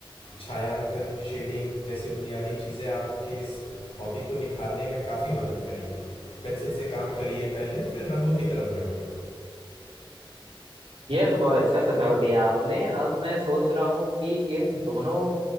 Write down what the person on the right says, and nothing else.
यह तो बहुत अच्छा सुझाव दिया आपने अब मैं सोच रहा हूँ कि इन दोनों